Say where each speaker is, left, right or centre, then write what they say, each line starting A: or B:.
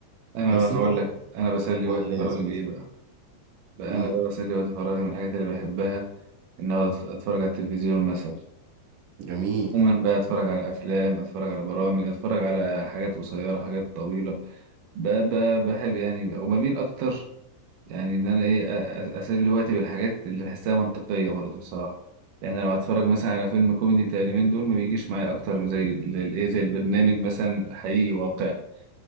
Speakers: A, on the right (about 75°); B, on the right (about 60°).
A: انا
B: بس
A: اقول
B: انت برضه
A: لك انا بسلي
B: قول
A: وقت
B: لي
A: فراغي
B: يا زميلي
A: بايه بقى بقى
B: امم
A: أنا بقى بسلي وقت فراغي من الحاجات اللي بحبها إن أقعد أتفرج على التلفزيون مثلا
B: جميل
A: عموما بقى أتفرج على أفلام أتفرج على برامج أتفرج على حاجات قصيرة حاجات طويلة بقى بقى بحب يعني بقى وبميل أكتر يعني إن أنا إيه أ- أ- أسلي وقتي بالحاجات اللي بحسها منطقية برضه بصراحة يعني لو هتفرج مثلا على فيلم كوميدي بتاع اليومين دول ما بيجيش معايا أكتر من زي زي الإيه زي البرنامج مثلا حقيقي واقعي